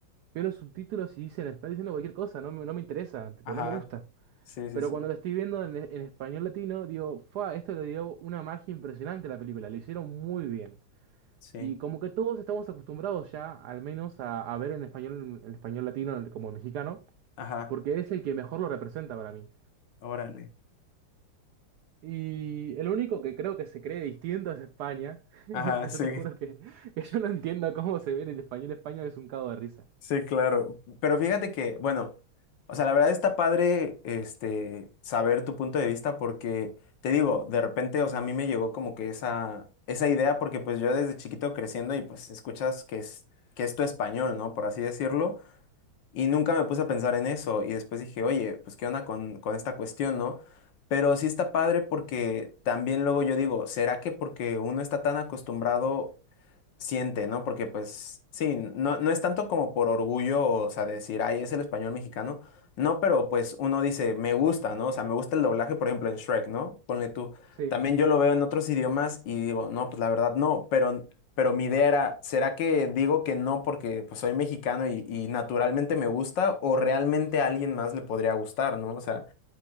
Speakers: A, on the right (about 85°); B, on the left (about 65°).
A: veo los subtítulos y dicen, están diciendo cualquier cosa, no me, no me interesa, tipo,
B: Ajá.
A: no me gusta.
B: Sí, sí,
A: Pero
B: sí.
A: cuando lo estoy viendo en, en español latino, digo, fa, esto le dio una magia impresionante a la película, lo hicieron muy bien.
B: Sí.
A: Y como que todos estamos acostumbrados ya, al menos, a, a ver en español, el español latino el- como el mexicano,
B: Ajá.
A: porque es el que mejor lo representa para mí.
B: Órale.
A: Y el único que creo que se cree distinto es España, <laughs>
B: Ajá,
A: que
B: sí.
A: yo te juro que, que yo no entiendo cómo se ve en el español España, es un cago de risa.
B: Sí, claro. Pero fíjate que, bueno, o sea, la verdad está padre este saber tu punto de vista porque te digo, de repente, o sea, a mí me llegó como que esa esa idea porque pues yo desde chiquito creciendo y pues escuchas que es que es tu español, ¿no? Por así decirlo, y nunca me puse a pensar en eso y después dije, "Oye, pues qué onda con con esta cuestión, ¿no?" Pero sí está padre porque también luego yo digo, ¿será que porque uno está tan acostumbrado siente, ¿no? Porque pues sí, no, no es tanto como por orgullo, o sea, decir, ay, es el español mexicano, no, pero pues uno dice, me gusta, ¿no? O sea, me gusta el doblaje, por ejemplo, en Shrek, ¿no? Ponle tú,
A: Sí,
B: también yo lo veo en otros idiomas y digo, no, pues la verdad no, pero, pero mi idea era, ¿será que digo que no porque pues soy mexicano y, y naturalmente me gusta o realmente a alguien más le podría gustar, ¿no? O sea...